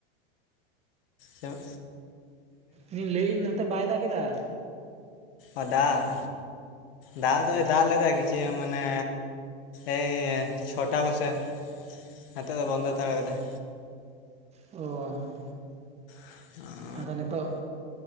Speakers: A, on the left (about 65°); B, on the right (about 20°).
A: ᱪᱟᱜ,
B: ᱤᱧ ᱞᱟᱹᱭᱮᱫᱟᱹᱧ ᱱᱚᱛᱮ ᱵᱟᱭ ᱫᱟᱜᱮᱫᱟ?
A: ᱚ ᱫᱟᱜᱽ ᱫᱟᱜᱽ ᱫᱚᱭ ᱫᱟᱜᱽ ᱞᱮᱫᱟᱭ ᱠᱤᱪᱷᱩ ᱧᱚᱜ ᱢᱟᱱᱮ ᱮᱭ ᱪᱷᱚᱴᱟ ᱠᱚᱥᱮᱜ ᱱᱤᱛᱳᱜ ᱫᱚ ᱵᱚᱱᱫᱚ ᱦᱟᱛᱟᱲᱟ ᱠᱟᱫᱟᱭ,
B: ᱚ ᱦᱮᱸ
A: <inaudible>
B: ᱟᱫᱚ ᱱᱤᱛᱚᱜ